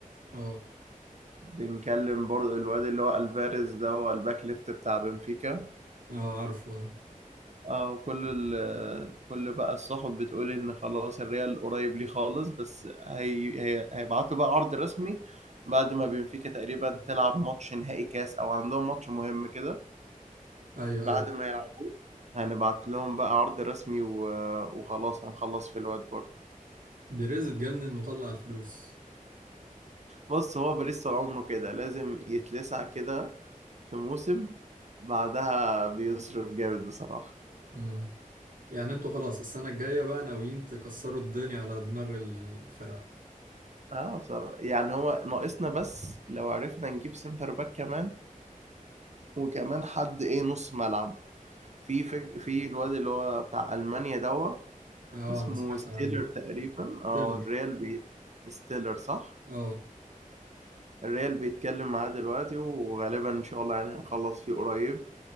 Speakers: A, on the right; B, on the right.
A: اه
B: بنكلم برضه الواد اللي هو الفاريز ده هو الباك ليفت بتاع بنفيكا
A: اه عارفه ده
B: اه كل ال كل بقى الصحف بتقول ان خلاص الريال قريب ليه خالص بس هي هي هيبعتوا بقى عرض رسمي بعد ما بنفيكا تقريبا تلعب ماتش نهائي كاس او عندهم ماتش مهم كده
A: ايوه
B: بعد
A: ايوه
B: ما يلعب هنبعت لهم بقى عرض رسمي و... وخلاص هنخلص في الوقت برضه
A: بيريز اتجنن وطلع الفلوس
B: بص هو باريس طول عمره كده لازم يتلسع كده في موسم بعدها بيصرف جامد بصراحة
A: امم يعني انتوا خلاص السنة الجاية بقى ناويين تكسروا الدنيا على دماغ الفرق
B: اه بصراحة يعني هو ناقصنا بس لو عرفنا نجيب سنتر باك كمان وكمان حد ايه نص ملعب في فك... في الواد اللي هو بتاع ألمانيا دوا
A: اه
B: اسمه
A: انا سمعت
B: ستيلر
A: عنه
B: تقريبا اه
A: تيلر
B: الريال بي... ستيلر صح
A: اه
B: الريال بيتكلم معاه دلوقتي وغالبا ان شاء الله يعني هنخلص فيه قريب